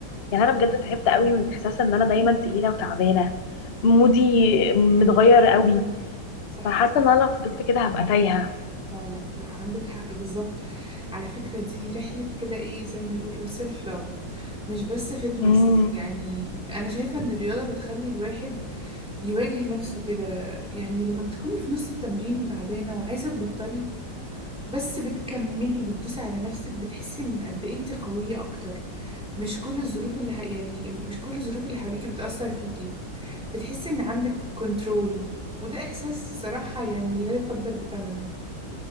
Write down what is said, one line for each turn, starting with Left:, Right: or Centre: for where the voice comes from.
Left: يعني انا بجد تعبت قوي من احساس ان انا دايما تقيله وتعبانه مودي متغير قوي
Centre: صح
Left: فحاسه ان انا لو فضلت كده هبقى تايهه
Centre: لا لا لا عندك حق بالظبط على فكرة دي رحلة كده ايه زي ما بيقولوا سيلف لاف مش بس فتنس
Left: امم
Centre: يعني انا شايفة ان الرياضة بتخلي الواحد يواجه نفسه كده يعني لما بتكوني في نص التمرين وتعبانة وعايزة تبطلي بس بتكملي وبتدوسي على نفسك بتحسي ان قد ايه انت قوية اكتر مش كل الظروف اللي ح- يعني مش كل الظروف اللي حواليكي بتأثر فيكي بتحسي ان عندك كنترول وده احساس صراحة يعني لا يقدر بثمن